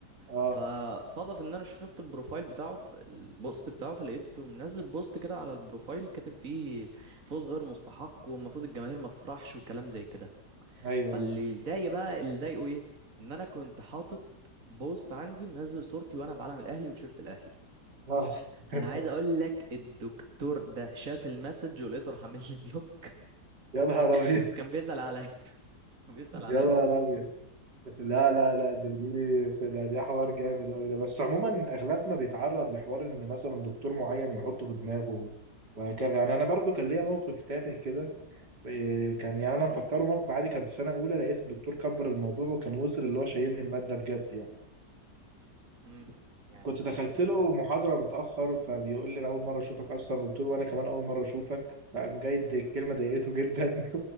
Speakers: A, on the right (about 80°); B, on the right (about 55°).
A: آه،
B: فصادف إن أنا شفت البروفايل بتاعه في البوست بتاعه فلقيته منزل بوست كده على البروفايل كاتب فيه فوز غير مستحق والمفروض الجماهير ما تفرحش وكلام زي كده
A: ايوه
B: فاللي ضايق بقى اللي ضايقه إيه إن أنا كنت حاطط بوست عندي منزل صورتي وأنا بعلم الأهلي وتيشيرت الأهلي
A: اه <laughs>
B: انا عايز اقول لك الدكتور ده شاف المسج ولقيته راح عامل لي بلوك
A: يا نهار ابيض
B: <laughs> وكان بيسأل عليا <laughs> بيسأل عليا
A: يا نهار
B: في القصة
A: ابيض لا لا لا دي دي ده دي حوار جامد قوي ده بس عموما اغلبنا بيتعرض لحوار ان مثلا دكتور معين يحطه في دماغه وهكذا يعني انا برضو كان ليا موقف تافه كده إيه، كان يعني انا مفكره
B: امم
A: موقف عادي كان في سنه اولى لقيت الدكتور كبر الموضوع وكان وصل اللي هو شايلني الماده بجد يعني
B: امم يعني
A: كنت دخلت له محاضرة متأخر فبيقول لي أنا أول مرة أشوفك أصلا قلت له وأنا كمان أول مرة أشوفك فقام جاي ادي- الكلمة ضايقته جدا <laughs>